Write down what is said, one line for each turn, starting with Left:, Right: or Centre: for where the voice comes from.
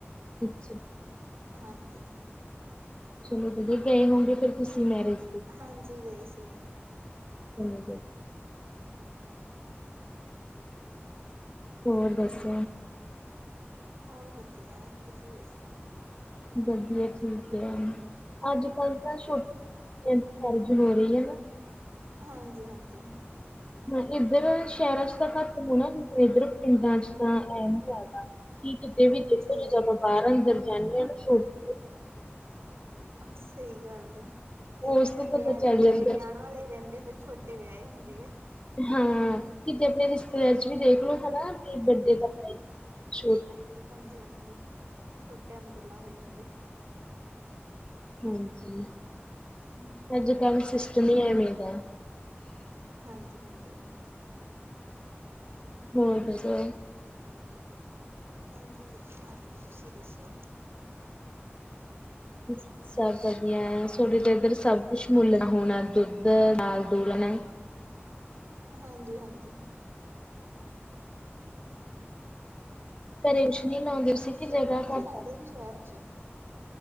Left: ਅੱਛਾ ਜੀ
Right: ਹਾਂਜੀ
Left: ਚਲੋ ਜੇ ਗਏ ਹੋਗੇ ਫੇਰ ਤੁਸੀਂ ਮੈਰਿਜ ਦੇ
Right: ਹਾਂਜੀ ਗਏ ਸੀਗੇ
Left: ਚ <unintelligible>
Right: ਹਾਂਜੀ <unintelligible>
Left: ਹੋਰ ਦੱਸ
Right: ਹੋਰ ਵਧੀਆ ਤੁਸੀਂ ਦੱਸੋ
Left: ਵਧੀਆ ਜੀ ਵਧੀਆ ਹੈ ਅੱਜ ਕੱਲ ਤਾਂ ਛੋਟੇ ਛੋਟੇ ਕੁੜੀਆਂ ਦੀ ਮੈਰਿਜ ਹੋ ਰਹੀ ਹੈ ਨਾ
Right: ਹਾਂਜੀ ਹਾਂਜੀ
Left: ਹ ਇੱਧਰ ਸ਼ਹਿਰਾਂ ਚ ਤਾਂ ਘੱਟ ਹੋਣਾ ਲੇਕਿਨ ਇੱਧਰ ਪਿੰਡਾਂ ਚ ਤਾਂ ਐ ਨ ਜਾਦਾ ਕੀ ਕਿਤੇ ਵੀ ਦੇਖੋ
Right: ਸਹੀ।
Left: ਜਦੋਂ ਆਪਾਂ ਬਾਹਰ ਅੰਦਰ ਜਾਂਦੇ ਹਾਂ ਨਾ ਛੋਟੀ ਛੋਟੀ
Right: ਸਹੀ ਗੱਲ ਜੀ
Left: ਉਸ
Right: ਵਡਿਆ
Left: ਤੋਂ ਪਤਾ ਚੱਲ
Right: ਵੱਡੇ
Left: ਜਾਂਦਾ।
Right: ਵਿਆਣ ਵਾਲੇ ਰਹਿੰਦੇ ਹੁੰਦੇ ਛੋਟੇ ਵਿਆਏ ਹੁੰਦੇ ਆ
Left: ਹਾਂ ਕਿਤੇ ਆਪਣੇ ਰਿਸ਼ਤੇਦਾਰ ਚ ਵੀ ਦੇਖਲੋ, ਹਨਾ ਵੀ ਬੱਡੇ ਤਾਂ ਛੋ।
Right: ਹਾਂਜੀ, ਛੋਟਿਆਂ ਦੇ ਪੈਲਾਂ ਹੋਏ ਹੁੰਦੇ।
Left: ਹਾਂਜੀ,
Right: ਹੂੰ,
Left: ਅੱਜ ਕਲ ਸਿਸਟਮ ਹੀ ਐਵੇਂ ਦਾ।
Right: ਹਾਂਜੀ -ਹਾਂਜੀ।
Left: ਹੋਰ ਦਸੋ
Right: ਹਾਂਜੀ, ਵਧੀਆ ਤੁਸੀਂ ਦੱਸੋ।
Left: ਹਮ। ਸਭ ਵਧੀਆ ਸੋਡੇ ਤਾਂ ਇੱਧਰ, ਸਭ ਕੁਛ ਮੁੱਲ ਹੋਣਾ ਦੁੱਧ ਦਾਲ ਦੁਲਣਾ।
Right: ਹਾਂਜੀ- ਹਾਂਜੀ।
Left: ਘਰੇ ਸ਼ਨੀ ਨ ਤੁਸੀ
Right: ਤੁਸੀਂ
Left: ਕੇ ਜਗ੍ਹਾ
Right: ਪਿੰਡ 'ਚ
Left: ਘੱਟ
Right: ਰਹਿੰਦੇ
Left: ਹੈ।
Right: ਕਿ ਸ਼ਹਿਰ ਚ